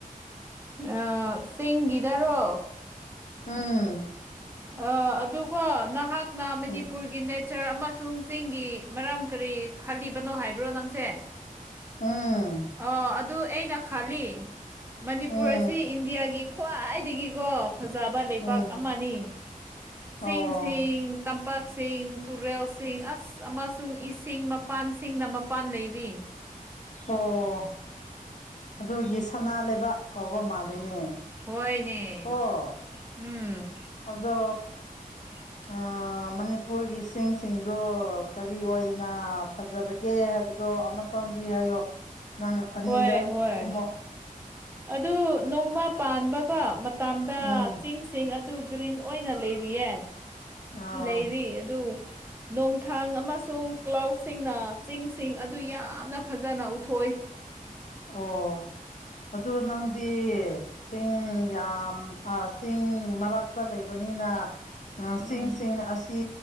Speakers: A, on the right (about 15°); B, on the left (about 55°).
A: ꯑ ꯆꯤꯡꯒꯤꯗꯔꯣ
B: ꯑꯝ
A: ꯑ ꯑꯗꯨꯒꯣ ꯅꯍꯥꯛꯅ ꯃꯅꯤꯄꯨꯔꯒꯤ
B: ꯎꯝ
A: ꯅꯦ ꯆꯔ ꯑꯃꯁꯨꯡ ꯆꯤꯡꯒꯤ ꯃꯔꯝ ꯀꯔꯤ ꯈꯜꯂꯤꯕꯅꯣ ꯍꯥꯏꯕ꯭ꯔꯣ ꯅꯪꯁꯦ
B: ꯎꯝ
A: ꯑꯣ ꯑꯗꯨ ꯑꯩꯅ ꯈꯜꯂꯤ ꯃꯅꯤꯄꯨꯔ
B: ꯎꯝ
A: ꯑꯁꯤ ꯏꯟꯗꯤꯌꯥꯒꯤ ꯈ꯭ꯋꯥꯏꯗꯒꯤꯀꯣ ꯐꯖꯕ ꯂꯩꯄꯥꯛ
B: ꯎꯝ
A: ꯑꯃꯅꯤ
B: ꯑꯣ
A: ꯆꯤꯡꯁꯤꯡ ꯇꯝꯄꯛꯁꯤꯡ ꯇꯨꯔꯦꯜ ꯁꯤꯡ ꯑꯁ ꯑꯃꯁꯨꯡ ꯏꯁꯤꯡ ꯃꯄꯥꯟꯁꯤꯡꯅ ꯃꯄꯥꯟ ꯂꯩꯔꯤ
B: ꯑꯣ ꯑꯗꯨꯒꯤ ꯁꯅꯥ ꯂꯩꯕꯥꯛ ꯀꯧꯕ ꯃꯥꯜꯂꯤꯅꯦ
A: ꯍꯣꯏꯅꯦ
B: ꯑꯣ
A: ꯎꯝ
B: ꯑꯗꯣ
A: <unintelligible>
B: ꯑ ꯃꯅꯤꯄꯨꯔꯒꯤ ꯆꯤꯡꯁꯤꯡꯗꯣ ꯀꯔꯤ ꯑꯣꯏꯅ ꯐꯖꯕꯒꯦ ꯍꯥꯏꯕꯗꯣ ꯑꯃꯛ ꯇꯪꯗꯤ ꯍꯥꯏꯌꯣ ꯅꯪ ꯑꯅꯤꯗ
A: ꯍꯣꯏ ꯍꯣꯏ
B: ꯀꯨꯝꯃꯣ
A: ꯑꯗꯨ ꯅꯣꯡꯃ ꯄꯥꯟꯕꯀꯣ ꯃꯇꯝꯗ
B: ꯎꯝ
A: ꯆꯤꯡ ꯁꯤꯡ ꯑꯗꯨ ꯒ꯭ꯔꯤꯟ ꯑꯣꯏꯅ ꯂꯩꯔꯤꯌꯦ
B: ꯑꯥ
A: ꯂꯩꯔꯤ ꯑꯗꯨ ꯅꯣꯡꯊꯥꯡ ꯑꯃꯁꯨꯡ ꯀ꯭ꯂꯥꯎꯁꯤꯡꯅ ꯆꯤꯡꯁꯤꯡ ꯑꯗꯨ ꯌꯥꯝꯅ ꯐꯖꯅ ꯎꯠꯊꯣꯛꯢ
B: ꯑꯣ ꯑꯗꯨ ꯅꯪꯗꯤ ꯆꯤꯡ ꯌꯥꯝ ꯑꯥ ꯆꯤꯡ ꯃꯔꯛꯇ ꯂꯩꯕꯅꯤꯅ ꯑ
A: ꯎꯝ
B: ꯆꯤꯡꯁꯤꯡ ꯑꯁꯤ